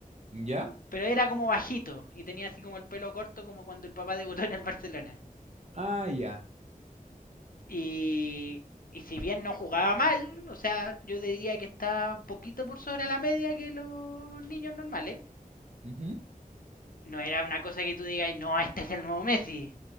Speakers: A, on the right (about 50°); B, on the left (about 75°).
A: ¿Ya?
B: Pero era como bajito y tenía así como el pelo corto como cuando el papá debutó en el Barcelona.
A: Ah, ya.
B: Y, y si bien no jugaba mal, o sea, yo diría que está un poquito por sobre la media que los niños normales.
A: Ujú.
B: no era una cosa que tú digas, no, este es el nuevo Messi,